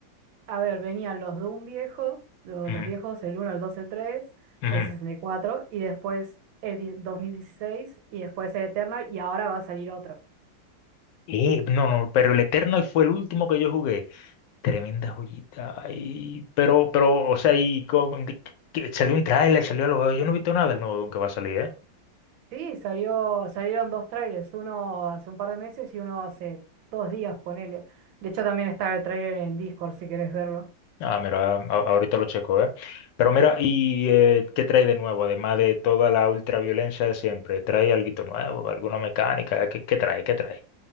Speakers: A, on the right (about 85°); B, on the left (about 75°).
A: A ver, venían los Doom viejos, lo-
B: Ujú,
A: los, viejos, el uno, el 2, el 3,
B: ujú.
A: el 64 y cuatro, y después el di- 2016 y después el Eternal y ahora va a salir otro.
B: Eh, no, no, pero el Eternal fue el último que yo jugué. Tremenda joyita. Ay, pero, pero, o sea, y con- de- que salió un tráiler, salió algo. Yo no he visto nada del nuevo que va a salir, ¿eh?
A: Sí, salió, salieron dos trailers, uno hace un par de meses y uno hace dos días, ponele. De hecho también está el trailer en Discord si querés verlo.
B: Ah, mira, a- ahorita lo checo, ¿eh? Pero mira, ¿y eh, qué trae de nuevo? Además de toda la ultraviolencia de siempre, ¿trae algo nuevo? ¿Alguna mecánica? ¿Qué, qué trae? ¿Qué trae?